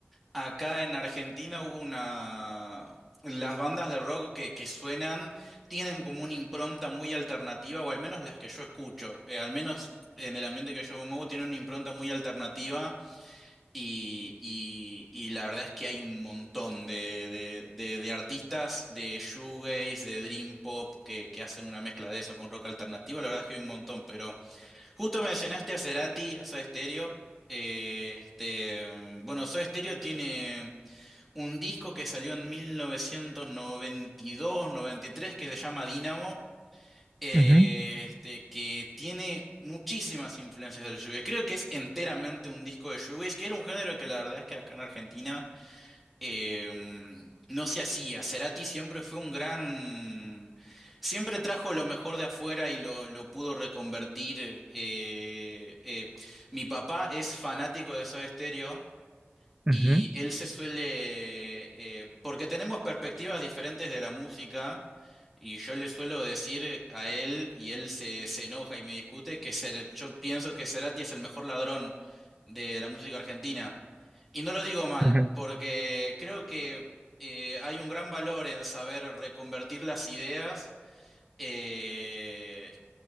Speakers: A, in the centre; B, on the right.
A: Acá en Argentina hubo una... Las bandas de rock que, que suenan tienen como una impronta muy alternativa, o al menos las que yo escucho, eh, al menos en el ambiente que yo me muevo, tienen una impronta muy alternativa y, y- y la verdad es que hay un montón de, de- de- de artistas de shoegaze, de dream pop, que, que hacen una mezcla de eso con rock alternativo, la verdad es que hay un montón, pero justo mencionaste a Cerati, a Soda Stereo, eh, este, bueno, Soda Stereo tiene un disco que salió en 1992, 93, que se llama Dynamo, eh,
B: Ujú,
A: este, que tiene muchísimas influencias del shoegaze. Creo que es enteramente un disco de shoegaze, que era un género que la verdad es que acá en Argentina eh, mm, no se hacía. Cerati siempre fue un gran... Siempre trajo lo mejor de afuera y lo, lo pudo reconvertir. eh, eh. Mi papá es fanático de Soda Stereo,
B: ujú,
A: y él se suele, eh, porque tenemos perspectivas diferentes de la música, y yo le suelo decir a él, y él se, se enoja y me discute, que Cer- yo pienso que Cerati es el mejor ladrón de la música argentina. Y no lo digo mal,
B: ujú.
A: porque creo que eh, hay un gran valor en saber reconvertir las ideas. eh,